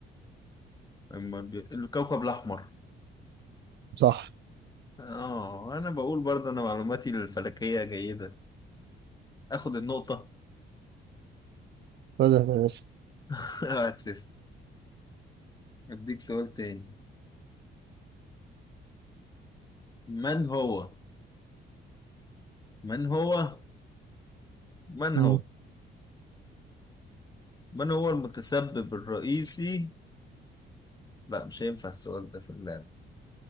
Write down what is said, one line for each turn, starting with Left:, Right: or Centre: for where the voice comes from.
Left: أما ال- الكوكب الأحمر
Right: صح
Left: آه أنا بقول برضه أنا معلوماتي الفلكية جيدة آخد النقطة
Right: بدأ يا باشا
Left: <laughs> واحد صفر أديك سؤال تاني من هو من هو من
Right: مم.
Left: هو من هو المتسبب الرئيسي لا مش هينفع السؤال ده في اللعبة